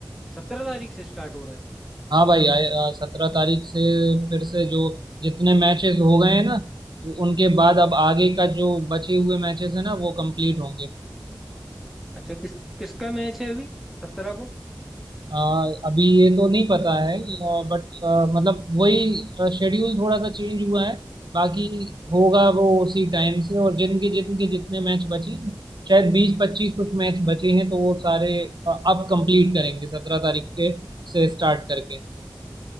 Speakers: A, in the centre; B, on the right.
A: सत्रह तारीख से स्टार्ट हो रहा है
B: हाँ भाई सत्रह तारीख से फिर से जो जितने मैचेस हो गए हैं ना उनके बाद
A: अच्छा
B: अब आगे का जो बचे हुए मैचेस है ना वो कंप्लीट होंगे
A: अच्छा किस किसका मैच है अभी सत्रह को
B: अ, अभी ये तो नहीं पता है बट मतलब वही शेड्यूल थोड़ा सा चेंज हुआ है बाकी होगा वो उसी टाइम से और जिनके जिनके जितने मैच बचे हैं, शायद बीस पच्चीस कुछ मैच बचे हैं तो वो सारे अ, अब कंप्लीट करेंगे सत्रह तारीख के से स्टार्ट करके